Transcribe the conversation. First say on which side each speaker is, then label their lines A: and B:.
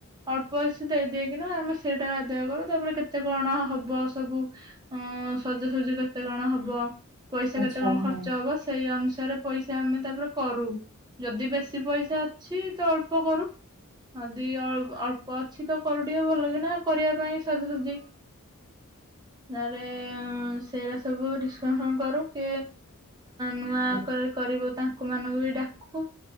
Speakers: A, on the right; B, on the right.
A: ଅଳ୍ପ ଅଇସ ଦେଇଦକିନା ଆମେ ସେଇଟା ଆଦାୟ କରୁ ତାପରେ କେତେ କଣ ହବ ସବୁ ଅ ସଜାସଜି କେତେ କଣ ହବ। ପଇସା
B: ଆଚ୍ଛା
A: କେତେ କଣ
B: ହଁ
A: ଖର୍ଚ୍ଚ ହବ ସେଇ ଅନୁସାରେ ପଇସା ଆମେ ତାପରେ କରୁ। ଯଦି ବେଶୀ ପଇସା ଅଛି ତ ଅଳ୍ପ କରୁ। ଜଦି ଅ ଅଳ୍ପ ଅଛି ତ କରୁ ଟିକେ ଭଲ କିନା କରିବା ପାଇଁ ନାରେ ସେ ରା ସବୁ ଡିସକସନ୍ କରୁ କିଏ ନୂଆ
B: ହଁ
A: କରି କରିବ ତାଙ୍କୁ ମାନଙ୍କୁ ବି ଡାକୁ।